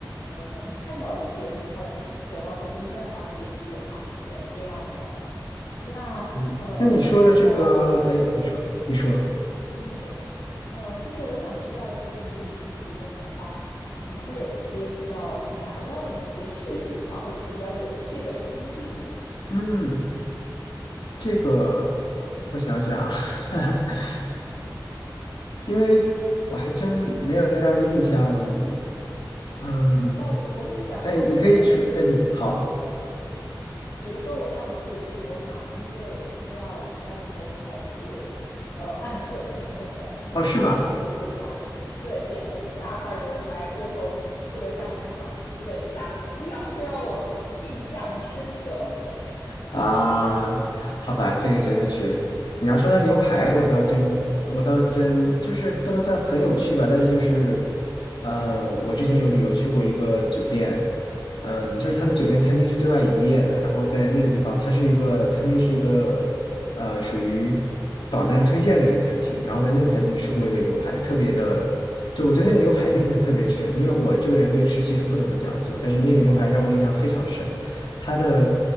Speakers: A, on the left; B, on the left.
A: 呃能看到一些很漂亮的景色，包括冬天的话可以去滑雪这样的。那呃，
B: 嗯，那你说的这个，
A: 我想知道，就是，
B: 哎，你说你说，
A: 嗯，你说，呃，就是我想知道，就是你旅行途中的话，你会有一些比较难忘的某些事情吗？或者说比较有趣的经历呢？
B: 嗯，这个我想想啊。<laughs>
A: 嗯
B: 因为我还真没有太大的印象。嗯，
A: 嗯，那我我给你讲一个我的，
B: 哎，你可以说，嗯，好，
A: 比如说我上次去罗马，因为不知道人家的牛排是呃按克称重的，然后兴致勃勃的打了，
B: 哦，是吗？
A: 对，点了一大块牛排，最后付了账单上四倍的价格，这样就让我印象深刻。<laughs> 对，
B: 啊，好吧，这个真的是，
A: 嗯
B: 你要说到牛排，
A: 嗯
B: 我倒真，我倒真就是不能算很有趣吧，但是就是，嗯，我之前有旅游去过一个酒店，
A: 嗯
B: 嗯，就是它的酒店餐厅是对外营业的，
A: 嗯
B: 然后在那个地方，它是一个餐厅是一个，呃，属于榜单推荐的一个餐厅，然后在那个餐厅吃过一个牛排，
A: 嗯
B: 特别的，就我对那个牛排的印象特别深，因为我这个人对吃其实不怎么讲究，但是那个牛排让我印象非常深。它的